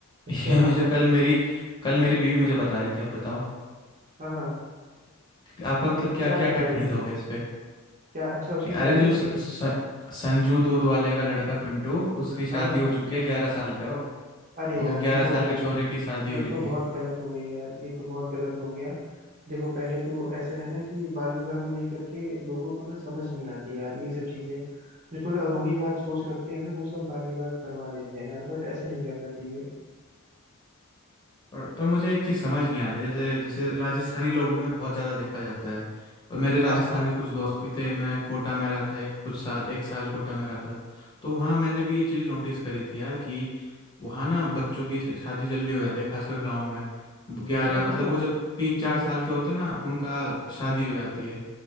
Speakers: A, on the right (about 35°); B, on the left (about 20°).
A: अच्छा
B: <laughs> ये मुझे कल मेरी कल मेरी बीवी मुझे बता रही थी अब बताओ
A: हाँ हाँ
B: आपका मतलब
A: तो
B: क्या
A: क्या
B: क्या
A: बता
B: टिप्पणी
A: रही
B: दोगे
A: थी वो
B: इस पे
A: क्या अच्छा उसकी
B: कि अरे
A: शादी
B: जो
A: हो गई
B: स,
A: है
B: स, संजू दूध वाले का लड़का पिंटू उसकी शादी
A: हाँ हाँ
B: हो चुकी है ग्यारह साल का है वो
A: अरे
B: वो
A: यार
B: ग्यारह
A: देखो
B: साल
A: यार
B: के छोरे की शादी
A: ये
B: हो रखी
A: तो बहुत
B: है
A: गलत हो गई यार ये तो बहुत गलत हो गया देखो पहले तो ऐसा है ना कि बाल विवाह को लेकर के लोगों को ना समझ नहीं आती यार ये सब चीजें जो थोड़ा रूढ़िवाद सोच रखते हैं ना वो सब बाल विवाह करवा देते हैं यार बट ऐसे नहीं करना चाहिए
B: पर पर मुझे एक चीज़ समझ नहीं आती जैसे जैसे राजस्थानी लोगों में बहुत ज़्यादा देखा जाता है और मेरे राजस्थान
A: हाँ हाँ
B: के कुछ दोस्त भी थे मैं कोटा में रहा था एक कुछ साल एक साल कोटा में रहा था तो वहाँ मैंने भी ये चीज़ नोटिस करी थी यार कि वहाँ ना बच्चों की श- शादी जल्दी हो जाती है खासकर गाँव में ग्यारह
A: यार देखो
B: मतलब वो जब तीन
A: अम,
B: चार साल के होते हैं ना उनका शादी हो जाती है